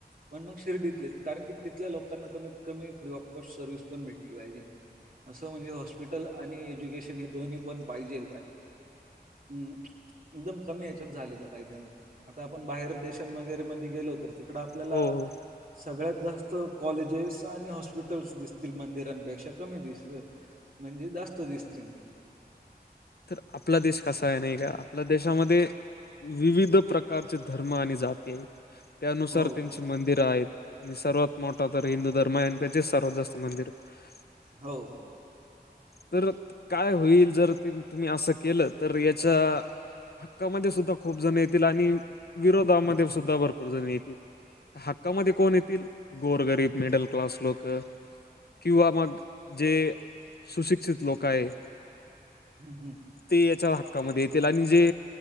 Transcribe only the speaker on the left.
हो हो
तर आपला देश कसा आहे नाही का? आपल्या देशामध्ये विविध प्रकारचे धर्म आणि जाती आहेत, त्यानुसार
त्यांची मंदिरं आहेत. आणि सर्वात मोठा तर हिंदू धर्म आहे आणि त्याचेच सर्वात जास्त मंदिरं आहेत.
तर काय होईल जर ते तुम्ही असं केलं तर याचा हक्कामध्ये सुद्धा खूप जण येतील आणि विरोधामध्ये सुद्धा भरपूर जण येतील. हक्कामध्ये कोण येतील गोरगरीब मिडल क्लास लोक. किंवा मग जे सुशिक्षित लोक आहे.
ते याच्या हक्कामध्ये येतील आणि जे